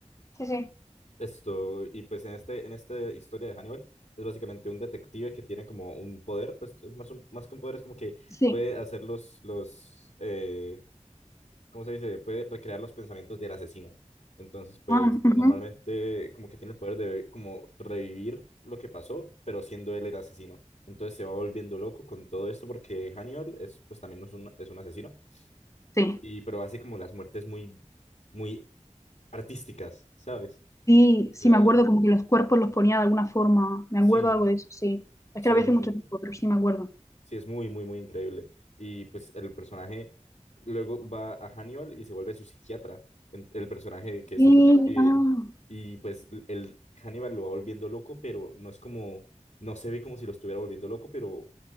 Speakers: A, on the left; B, on the left.
A: Sí, sí.
B: Esto, y pues en este, en esta historia de Hannibal, es básicamente un detective que tiene como un poder, pues es más, un- más que un poder, es como que
A: sí.
B: puede hacer los, los, eh, ¿cómo se dice? Puede recrear los pensamientos del asesino. Entonces, pues
A: Ah, ujú,
B: normalmente como que tiene el poder de como revivir lo que pasó, pero siendo él el asesino. Entonces se va volviendo loco con todo esto porque Hannibal es pues también es un, es un asesino
A: Sí,
B: y, pero hace como las muertes muy, muy artísticas, ¿sabes?
A: sí, sí,
B: O sea,
A: me acuerdo como que los cuerpos los ponía de alguna forma. Me
B: sí,
A: acuerdo algo de eso, sí. Es
B: o
A: que
B: sea,
A: la vi
B: es
A: hace
B: muy,
A: mucho tiempo, pero sí me acuerdo.
B: Sí, es muy, muy, muy increíble. Y pues el personaje luego va a Haniol y se vuelve su psiquiatra, en- el personaje que es
A: Y,
B: el detective.
A: ah,
B: Y pues l- el Hannibal lo va volviendo loco, pero no es como, no se ve como si lo estuviera volviendo loco, pero